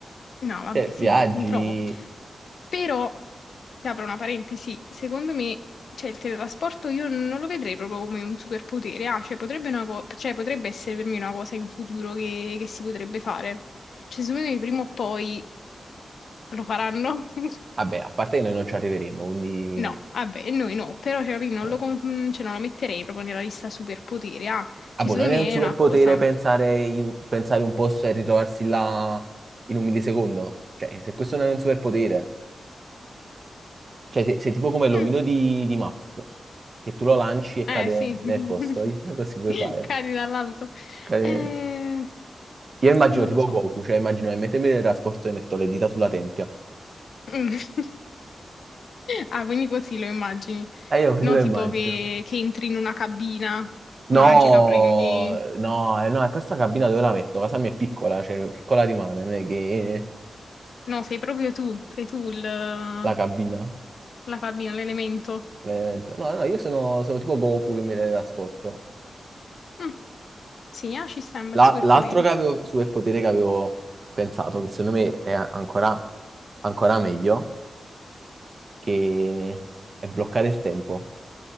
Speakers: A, on the left; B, on the right.
A: No, vabbè,
B: Cioè,
A: sì,
B: viaggi,
A: mi trovo. Però, ti apro una parentesi, secondo me, cioè, il teletrasporto io non lo vedrei proprio come un superpotere, ah, cioè, potrebbe, una co- cioè, potrebbe essere per me una cosa in futuro che, che si potrebbe fare. Cioè, secondo me prima o poi lo faranno. <laughs>
B: vabbè, a parte che noi non ci arriveremo, quindi...
A: No, vabbè, noi no, però cioè, capì, non
B: eh.
A: lo, con- cioè, non lo metterei proprio nella lista superpoteri. Ah,
B: Ah,
A: cioè,
B: boh,
A: secondo
B: non è
A: me
B: un superpotere
A: è una cosa.
B: pensare, in- pensare un posto e ritrovarsi là in un millisecondo. Cioè, se questo non è un superpotere, Cioè, sei, sei tipo come l'omino
A: Mm,
B: di, di Maps, che tu lo lanci e cade
A: eh sì,
B: nel
A: <laughs>
B: posto. Io- Così puoi fare.
A: cadi dall'alto.
B: Cade-
A: Eh,
B: Io immagino
A: non
B: tipo
A: lo so.
B: Goku, cioè immagino che mentre mi teletrasporto e metto le dita sulla tempia.
A: Mm. <laughs> Ah, quindi così lo immagini.
B: E io così
A: No,
B: lo
A: tipo
B: immagino.
A: che, che entri in una cabina
B: No,
A: magica, prendi...
B: no, eh, no, e poi sta cabina dove la metto? Casa mia è piccola, cioè piccola rimane, non è che
A: No, sei proprio tu, sei tu il, la
B: la cabina.
A: cabina, l'elemento.
B: veramente. No, no, io sono, sono tipo Goku che mi teletrasporto.
A: Mm, sì, ah, ci sta un
B: La-
A: bel superpotere.
B: L'altro che avevo, superpotere che avevo pensato, che secondo me è ancora, ancora meglio, che è bloccare il tempo.